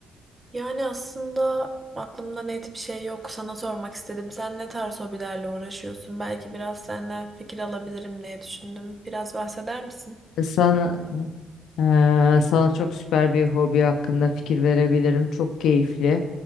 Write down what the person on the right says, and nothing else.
Yani aslında aklımda net bir şey yok. Sana sormak istedim. Sen ne tarz hobilerle uğraşıyorsun? Belki biraz senden fikir alabilirim diye düşündüm. Biraz bahseder misin?